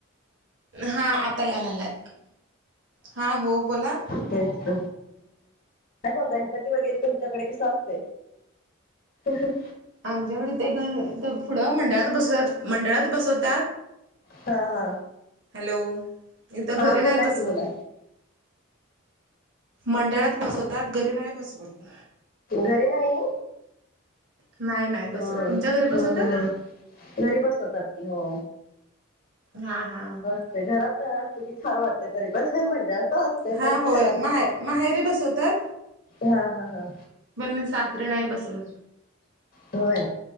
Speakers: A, on the right (about 65°); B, on the left (about 45°).
A: हा आता यालाला हा हो बोला.
B: तेच मग गणपती वगैरे तुमच्याकडे कसं असत. ह ह.
A: आमच्याकड ते पुुढं मंडळात बसवतात मंडळात बसवत.
B: हा हा.
A: हॅलो इथ घरी
B: हा
A: नाही
B: बोला
A: बसवत.
B: की बोला
A: मंडळात बसवतात घरी नाही बसवत
B: घरी नाही.
A: नाही नाही बसवत
B: वय
A: तुमच्या घरी बसवतात
B: ह घरी बसवतात की हो.
A: हा हा.
B: ते घरात अस की छान वाटते तरी पण म्हणतात. पाचते
A: हा
B: पण
A: होय
B: शरा
A: माहे माहेरी बसवतात
B: हा हा हा.
A: मण सासरी नाही बसवत.
B: होय